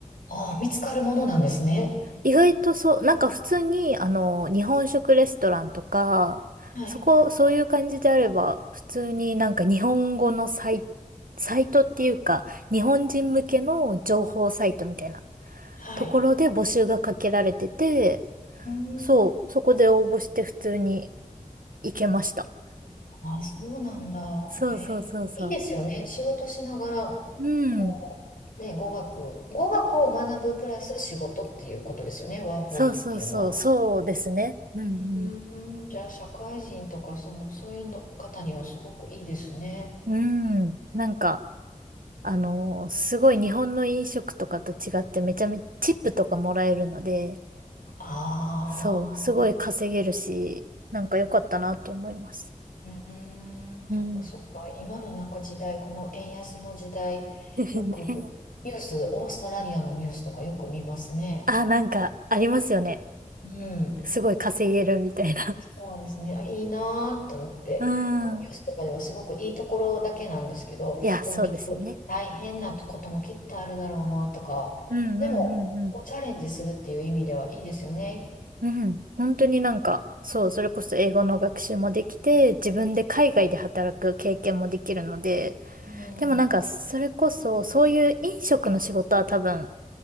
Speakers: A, on the left; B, on the right.
A: ああ見つかるものなんですね。
B: 意外とそう、なんか普通に、あの、日本食レストランとか、
A: はい。
B: そこ、そういう感じであれば、普通になんか日本語のサイ、サイトっていうか、日本人向けの情報サイトみたいな
A: うんはい。
B: ところで募集がかけられてて、
A: うん。
B: そう、そこで応募して普通に行けました。
A: ああ、そうなんだ。
B: そうそうそうそう。
A: へえ、いいですよね。仕事しながら、
B: うん。
A: こう、ね、語学、語学を学ぶプラス仕事っていうことですよね。ワーホリっていうのは。
B: そうそうそう、そうですね。うん
A: うん、うんじゃあ、社会人とか、その、そういうの方にはすごくいいですね。
B: うん。うん。なんか、あの、すごい日本の飲食とかと違ってめちゃめちゃチップとかもらえるので、
A: ああ、
B: そう、すごい稼げるし、なんか良かったなって思います。
A: うーん、
B: うん。
A: そっかそっか。今のなんか時代、この円安の時代、
B: <laughs>
A: よく
B: ね
A: ニュース、オーストラリアのニュースとかよく見ますね。
B: あ、なんかありますよね。
A: うん。
B: すごい稼げるみたいな。
A: そうですね。あいいなーって思って、
B: うん。
A: こうニュースとかではすごくいいところだけなんですけど、
B: いや、
A: でも結構大変なこともきっとあるだろうなとか、
B: そうですよね。うんうんうんうん。
A: でもこうチャレンジするっていう意味ではいいですよね。
B: うん。本当になんか、そう、それこそ英語の学習もできて、自分で海外で働く経験もできるので、
A: うん。
B: でもなんか、それこそ、そういう飲食の仕事は多分、